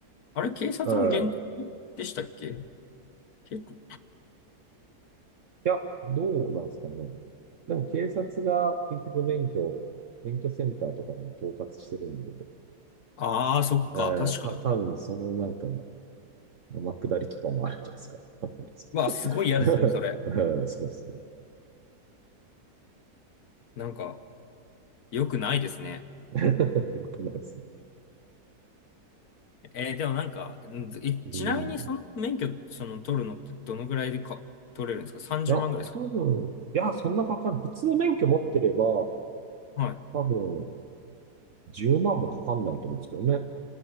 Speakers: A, on the left; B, on the right.
A: あれ、警察も現役でしたっけ
B: うん。
A: 結構。
B: いや、どうなんですかね。でも警察が結局免許、免許センターとかも統括してるんで、
A: ああ、そっか、
B: えー、
A: 確かに。
B: た、多分そのなんか、天下りとかもあるんじゃないですか。<laughs> わかんないです
A: うわ、すごい嫌ですね、
B: <laughs>
A: それ。
B: うんそうですね。
A: なんか、良くないですね。
B: <laughs> よくないですね。
A: えーでもなんか、んえ、
B: うん。
A: ちなみにその免許、その取るのってどのぐらいでか、取れるんですか ?30
B: いや、
A: 万ぐらいですか
B: 多分、いや、そんなかかんない。普通の免許持ってれば、
A: はい。
B: 多分、10万もかかんないと思うんですけどね。